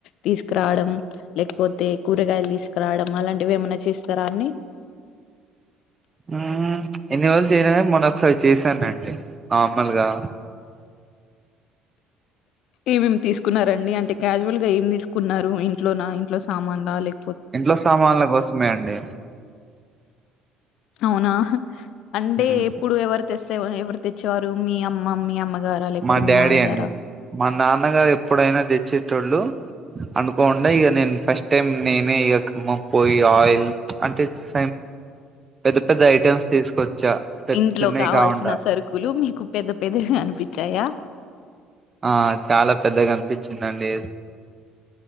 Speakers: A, on the left (about 70°); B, on the right (about 30°).
A: తీసుకురావడం లేకపోతే కూరగాయలు తీసుకురావడం అలాంటివి ఏమన్నా చేస్తారా అన్ని
B: హు ఇన్ని రోజులు చేయలే గాని మొన్న ఒకసారి చేశానండి నార్మల్గా.
A: ఏమేమి తీసుకున్నారండి అంటే క్యాజువల్ గా ఏమి తీసుకున్నారు ఇంట్లో నా ఇంట్లో సామాన్లా లేకప్
B: ఇంట్లో సామాన్ల కోసమే అండి.
A: అవునా అంటే
B: మ్మ్
A: ఎప్పుడు ఎవరి తెస్తే ఎవర్ తెచ్చారు మీ అమ్మ మీ అమ్ గారా లేకపోతే
B: మా డాడీ
A: మీ నాన్నగారా
B: అండి మా నాన్నగారు ఎప్పుడైనా తెచ్చేటోళ్ళు అనుకోకుండా ఇక నేను ఫస్ట్ టైం నేనే ఇక కమ్మ పోయి ఆయిల్ అంటే స పెద్ద పెద్ద ఐ టమ్స్ తీసుకొచ్చా
A: ఇంట్లో
B: చిన్నవి
A: కావాల్సిన
B: కాకుండా
A: సరుకులు మీకు పెద్ద పెదవి అనిపిచ్చాయా
B: ఆ చాలా పెద్దగా అనిపిచ్ దండీ